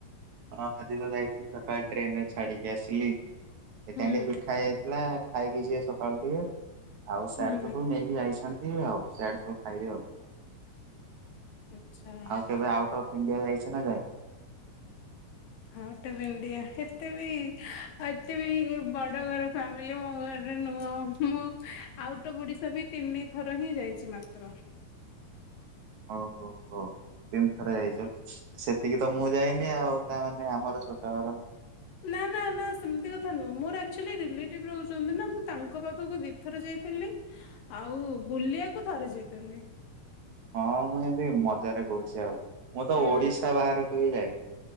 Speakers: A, on the right; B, on the left.
A: ହଁ ଆଜି ତ ଯାଇଥିଲି ସକାଳେ ଟ୍ରେନରେ ଛାଡିକି ଆସିଲି ସେଥିପାଇଁ
B: ହୁଁ
A: ଟିକେ ପିଠା ହେଇଥିଲା ଖାଇକି ଯିଏ ସକାଳୁ ଟିକେ ଆଉ ସିଆଡେ
B: ହୁଁ
A: ତ ସବୁ ନେଇକି ଯାଇଛନ୍ତି ଆଉ ସିଆଡେ ସବୁ ଖାଇବେ ଆଉ
B: ଆଚ୍ଛା।
A: ଆଉ କେବେ ଆଉଟ୍ ଅଫ୍ ଇଣ୍ଡିଆ ଯାଇଛ ନା ଯାଇନ।
B: ହଁ ଆଉଟ୍ ଅଫ୍ ଇଣ୍ଡିଆଏତେ ବି ଆଉ ଏତେ ବି ବଡ ଘର ଫାମିଲି କହିଲି ମୋ ଘରେ ନୁହଁ ମୁଁ ଆଉଟ ଅଫ ଓଡିଶା ବି ତିନି ଥର ହିଁ ଯାଇଛି ମାତ୍ର।
A: ହଉ ହଉ ହଉ ତିନିଥର
B: ହୁଁ
A: ଯାଇଛ ସେତିକି ତ ମୁଁ ଯାଇନି ଆଉ ତାମାନେ ଆମର ଛୋଟ ଘର
B: ନା ନା ନା ସେମିତି କଥା ନୁହଁ ମୋର ଆକ୍ଚୁଲିଆ ରିଲେଟିଭ ରହୁଛନ୍ତି ନା ମୁଁ ତାଙ୍କ ପାଖକୁ ଦିଥର ଯାଇଥିଲି। ଆଉ ବୁଲିବାକୁ ଥରେ ଯାଇଥିଲେ।
A: ହଁ ମୁଁ ଏମିତି ମଜାରେ କହୁଛି ଆଉ ମୁଁ ତ
B: ହୁଁ
A: ଓଡିଶା ବାହାରକୁ ବି ଯାଇନି।